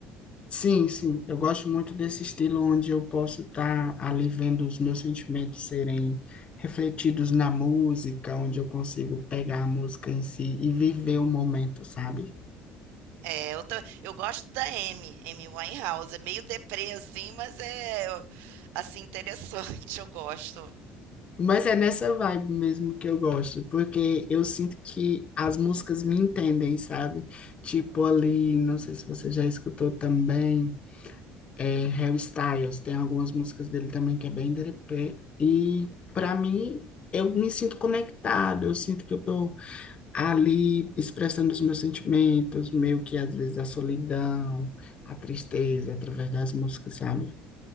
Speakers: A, on the left (about 40°); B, on the right (about 75°).
A: Sim, sim, eu gosto muito desse estilo onde eu posso estar ali vendo os meus sentimentos serem refletidos na música, onde eu consigo pegar a música em si e viver o momento, sabe?
B: É, eu, ta- eu gosto da Amy, Amy Winehouse. É meio deprê, assim, mas é, eu- assim, interessante, <laughs> eu gosto.
A: Mas é nessa vibe mesmo que eu gosto, porque eu sinto que as músicas me entendem, sabe? Tipo ali, não sei se você já escutou também. é, Harry Styles, tem algumas músicas dele também que é bem derepé. E para mim, eu me sinto conectado, eu sinto que eu tô ali expressando os meus sentimentos, meio que às vezes a solidão, a tristeza, através das músicas, sabe?